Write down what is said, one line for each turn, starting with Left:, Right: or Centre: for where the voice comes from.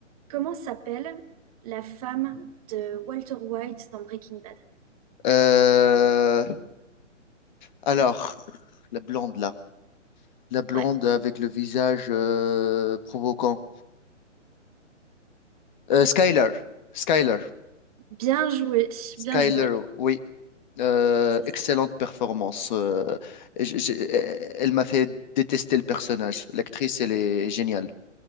Right: comment s'appelle la femme de Walter White dans Breaking Bad?
Left: Euh, alors, la blonde là. La blonde
Right: Ouais,
Left: avec le visage euh, provoquant. Euh, Skyler. Skyler.
Right: bien joué,
Left: Skyler,
Right: bien joué.
Left: oui, Euh,
Right: C'est
Left: excellente
Right: ça.
Left: performance. Euh, j- j- elle m'a fait détester le personnage. L'actrice, elle est géniale.